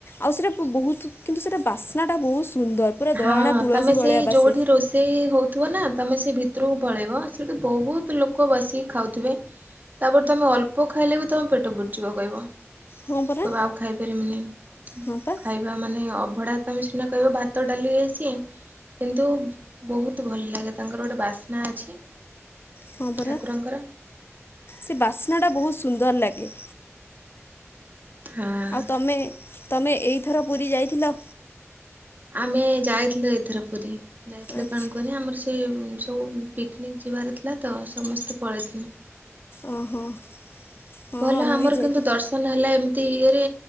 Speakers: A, on the left; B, on the right.
A: ଆଉ ସେଇଟା ବହୁତ କିନ୍ତୁ ସେଇଟା ବାସ୍ନାଟା ବହୁତ ସୁନ୍ଦର। ପୁରା
B: ହଁ
A: ଦୟଣା ତୁଳସୀ
B: ତମେ ସେଇ
A: ଭଳିଆ ବାସେ
B: ଯୋଉଠି ରୋଷେଇ ହ ଥିବ ନା, ତମେ ସେ ଭିତରକୁ ପଳେଇବ ସେଇଟ ବହୁତ ଲୋକ ବସିକି ଖାଉଥିବେ। ତାପରେ ତମେ ଅଲ୍ପ୍ ଖାଇଲେ ବି ତମ ପେଟ ପୁରି ଯିବ କହିବ।
A: ହଁ ପରା
B: କହିବା ଆଉ ଖାଇପାରିମିନି।
A: ହଁ ପା
B: ଖାଇବା ମାନେ ଅଭଡା ତମେ ସିନା କହିବା ଭ ଭାତ ଡାଲି ହେଇଛି। କିନ୍ତୁ ବହୁତ ଭଲ ଲାଗେ, ତାଙ୍କର ଗୋଟେ ବାସ୍ନା ଅଛି।
A: ହଁ ପରା।
B: ଠାକୁରଙ୍କର
A: ସେ ବାସ୍ନା ଟା ବହୁତ ସୁନ୍ଦର ଲାଗେ।
B: ହଁ।
A: ଆଉ ତମେ ତମେ ଏଇଥର ପୁରୀ ଯାଇଥିଲ?
B: ଆମେ ଯାଇଥିଲୁ ଏଥର ପୁରୀ। ଯାଇଥିଲୁ
A: ଆଚ୍ଛା
B: କଣ କୁହନି ଆମର ସେ ସବୁ ପିକ୍ନିକ୍ ଯିବାର ଥିଲା ତ, ସମସ୍ତେ ପଳେଇଥିନୁ।
A: ଓହୋ। ହଁ
B: ଭଲ
A: ଆମେ
B: ଆମର
A: ବି ଯାଇଥିଲୁ
B: କିନ୍ତୁ ଦର୍ଶନ ହେଲା ଏମିତି ଇଏରେ,